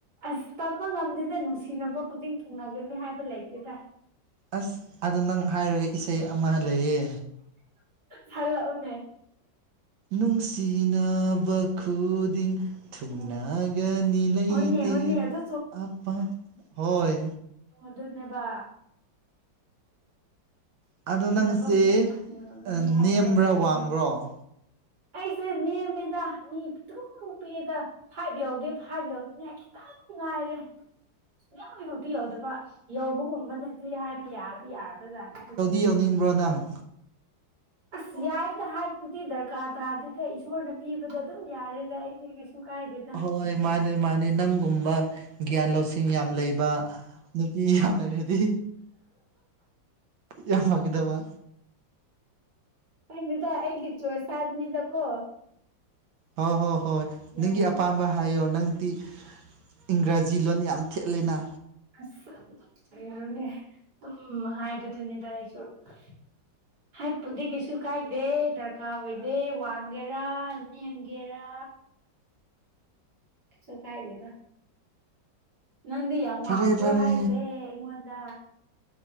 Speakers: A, on the right; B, on the right.
A: ꯑꯁ ꯇꯝꯕ ꯉꯝꯗꯦꯗ ꯅꯨꯡꯁꯤꯅꯕ ꯈꯨꯗꯤꯡ ꯊꯨꯡꯅꯒꯅꯤ ꯍꯥꯏꯕ ꯂꯩꯇꯦꯗ
B: ꯑꯁ ꯑꯗꯣ ꯅꯪ ꯍꯥꯏꯔꯒ ꯏꯁꯩ ꯑꯃ ꯂꯩꯌꯦ
A: ꯁꯛꯂꯛꯎꯅꯦ
B: ꯅꯨꯡꯁꯤꯅꯕ ꯈꯨꯗꯤꯡ ꯊꯨꯡꯅꯒꯅꯤ
A: ꯎꯝ
B: ꯂꯩꯩꯇꯦ
A: ꯍꯣꯏꯅꯦ ꯍꯣꯏꯅꯦ ꯑꯗꯨ
B: ꯑꯄꯥꯝ ꯍꯣꯏ
A: ꯑꯣ ꯑꯗꯨꯅꯦꯕ
B: ꯑꯗꯣ
A: ꯅꯨꯡꯁꯤꯅꯕ
B: ꯅꯪꯁꯦ
A: ꯈꯨꯗꯤꯡ ꯊꯨꯡꯅꯒꯅꯤ ꯍꯥꯏꯕ
B: ꯅꯦꯝꯕ꯭ꯔꯥ
A: ꯂꯩꯇꯦ
B: ꯋꯥꯡꯕ꯭ꯔꯣ
A: ꯑꯩꯁꯦ ꯅꯦꯝꯃꯦꯗ ꯃꯤ ꯄꯤꯛꯇꯔꯨ ꯄꯤꯛ ꯑꯦ ꯗ ꯐꯥꯏꯚ ꯌꯥꯎꯗꯦ ꯐꯥꯏꯚ ꯌꯥꯎꯅꯤꯡꯉꯥꯏ ꯈꯤꯇꯪ ꯉꯥꯏꯔꯦ ꯁꯨꯛꯌꯧ ꯌꯧꯗꯤ ꯌꯧꯗꯕ ꯌꯧꯕꯒꯨꯝꯕꯅꯗꯤ ꯍꯥꯏꯕ ꯌꯥꯔꯗꯤ ꯌꯥꯔꯕꯖꯅꯤꯗ ꯑꯗꯨꯝ
B: ꯌꯥꯎꯅꯤꯡꯕ꯭ꯔꯣ ꯅꯪ
A: ꯑꯁ ꯌꯥꯏꯗ ꯍꯥꯏꯄꯨꯗꯤ ꯗꯔꯀꯥꯔ ꯇꯥꯔꯗꯦꯗ ꯏꯁꯣꯔꯅ ꯄꯤꯕꯗ ꯑꯗꯨꯝ ꯌꯥꯔꯦꯗ ꯑꯩꯗꯤ ꯀꯩꯁꯨ ꯀꯥꯏꯗꯦꯗ
B: ꯍꯣꯏ ꯃꯥꯅꯦ ꯃꯥꯅꯦ ꯅꯪꯒꯨꯝꯕ ꯒ꯭ꯌꯥꯟ ꯂꯧꯁꯤꯡ ꯌꯥꯝ ꯂꯩꯕ ꯅꯨꯄꯤ ꯌꯥꯝ ꯂꯩꯔꯗꯤ ꯌꯥꯝ ꯐꯒꯗꯕ
A: ꯀꯪꯗꯦꯗ ꯑꯩꯒꯤ ꯆꯣꯏꯁ ꯍꯥꯏꯕꯅꯤꯗ ꯀꯣ
B: ꯍꯣꯏ ꯍꯣꯏ ꯍꯣꯏ ꯅꯪꯒꯤ
A: ꯌꯥꯏꯗ
B: ꯑꯄꯥꯝꯕ ꯍꯥꯏꯌꯣ ꯅꯪ ꯇꯤ ꯏꯪꯒ꯭ꯔꯥꯖꯤ ꯂꯣꯟ ꯌꯥꯝ ꯊꯦꯠꯂꯦꯅ
A: ꯑꯁ ꯀꯩꯅꯣꯅꯦ ꯑꯗꯨꯝ ꯍꯥꯏꯕꯗꯨꯅꯤꯗ ꯑꯩꯁꯨ <unintelligible> ꯍꯥꯏꯄꯨꯗꯤ ꯀꯩꯁꯨ ꯀꯥꯏꯗꯦ ꯗꯔꯀꯥꯔ ꯑꯣꯏꯗꯦ ꯋꯥꯡꯒꯦꯔꯥ ꯅꯦꯝꯒꯦꯔꯥ ꯁꯣ ꯀꯥꯏꯗꯦꯗ ꯅꯪꯗꯤ ꯌꯥꯝ
B: ꯐꯔꯦ
A: ꯋꯥꯡꯕ꯭ꯔꯣ
B: ꯐꯔꯦ
A: ꯍꯥꯏꯁꯦ ꯑꯩꯉꯣꯟꯗ